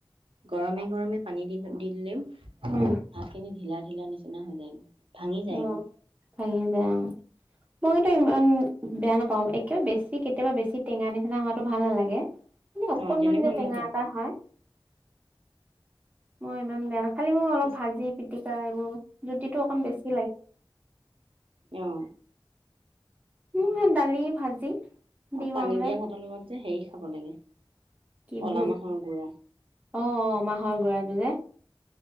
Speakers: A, on the right; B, on the right.
A: গৰমে গৰমে পানী দি দি হেল্ল'
B: উম
A: ভাতখিনি ঢিলা ঢিলা নিচিনা হৈ যায়গৈ ভাঙি যায়গৈ
B: অ ভঙি যায় অ মই টো ইমান বেয়া নাপাওঁ একে বেছি কেতিয়াবা বেছি টেঙা নিচিনা হোৱাটো ভাল নালাগে মানে অকনমান
A: অ তেনেকুৱা
B: যে টেঙা
A: মোক দেখোঁ
B: এটা হয় মই ইমান বেয়া খালি মই অলপ
A: বেছি
B: ভাজি পিতিকা এইবোৰ জুটি টো অকণ বেছি
A: আহ
B: উম দালি ভাজি ডিম
A: অ পানী
B: আমলেট
A: দিয়া ভাতৰ লগত যে হেৰি খাব লাগে
B: কি
A: কলা
B: বুট
A: মাহৰ গুড়া
B: অ মাহৰ গৰাটো যে